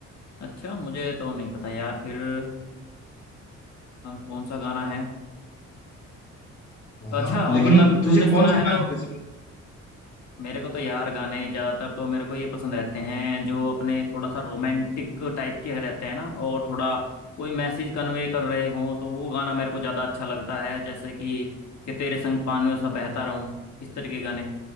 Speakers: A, on the left; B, on the left.
A: अच्छा मुझे तो नहीं पता यार फिर अ, कौन सा गाना है अच्छा
B: हाँ लेकिन
A: मतलब
B: तुझे
A: तुमने सुना
B: कौन से
A: है
B: गाने
A: तो
B: कैसे पसंद
A: मेरे को तो यार गाने ज़्यादातर तो मेरे को ये पसंद रहते हैं जो अपने थोड़ा सा रोमांटिक टाइप के रहते हैं ना और थोड़ा कोई मैसेज कन्वे कर रहे हों तो वो गाना मेरे को ज़्यादा अच्छा लगता है जैसे कि कि तेरे संग पानियों सा बहता रहूं इस तरह के गाने